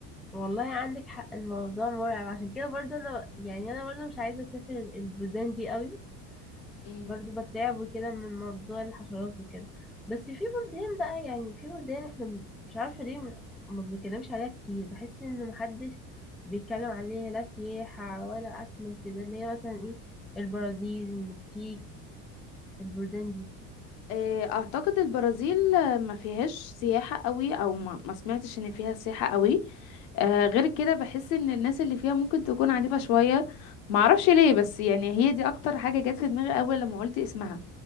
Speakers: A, in the centre; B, on the left (about 65°).
A: والله عندك حق الموضوع مرعب عشان كده برضه انا يعني انا برضه مش عايزه اسافر ال- البلدان دي قوي
B: مم.
A: برضه بترعب وكده من موضوع الحشرات وكده بس في بلدان بقى يعني في بلدان احنا م- مش عارفه ليه ما ما بنتكلمش عليها كتير بحس ان محدش بيتكلم عليها لا سياحه ولا اكل وكده اللي هي مثلا ايه البرازيل المكسيك البلدان دي
B: آه، أعتقد البرازيل آه، ما فيهاش سياحة قوي أو ما ما سمعتش إن فيها سياحة قوي آه غير كده بحس ان الناس اللي فيها ممكن تكون عنيفة شوية معرفش ليه بس يعني هي دي اكتر حاجة جت في دماغي اول لما قلت اسمها